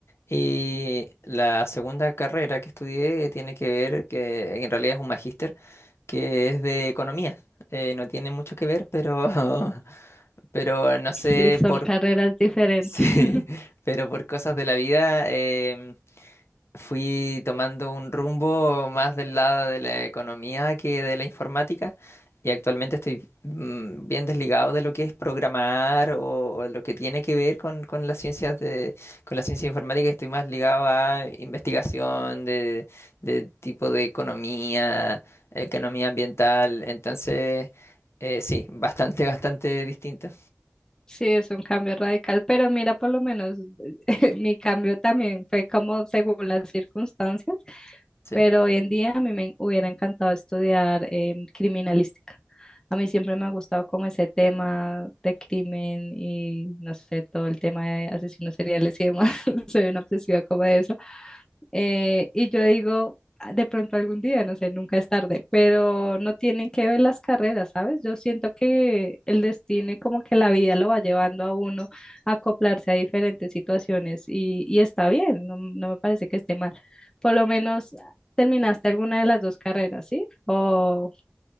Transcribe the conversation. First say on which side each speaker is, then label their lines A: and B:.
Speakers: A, on the left; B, on the left.
A: Y la segunda carrera que estudié tiene que ver, que en realidad es un magíster, que es de economía. Eh, no tiene mucho que ver, pero, <laughs> pero no sé
B: Sí, son
A: por,
B: carreras diferentes.
A: <laughs> sí,
B: <laughs>
A: pero por cosas de la vida. em, fui tomando un rumbo más del lado de la economía que de la informática y actualmente estoy mm, bien desligado de lo que es programar o, o lo que tiene que ver con, con las ciencias de, con la ciencia informática. Estoy más ligado a investigación de, de tipo de economía, economía ambiental. Entonces, eh, sí, bastante, <laughs> bastante distinto.
B: Sí, es un cambio radical, pero mira, por lo menos <laughs> mi cambio también fue como según las circunstancias.
A: Sí.
B: Pero hoy en día a mí me hubiera encantado estudiar em, criminalística. A mí siempre me ha gustado como ese tema de crimen y no sé, todo el tema de asesinos seriales y demás. <laughs> Soy una obsesiva como de eso. Eh, y yo digo, "Ah, de pronto algún día, no sé, nunca es tarde, pero no tienen que ver las carreras, ¿sabes? Yo siento que el destino y como que la vida lo va llevando a uno a acoplarse a diferentes situaciones y, y está bien, no, no me parece que esté mal. Por lo menos terminaste alguna de las dos carreras, ¿sí? O,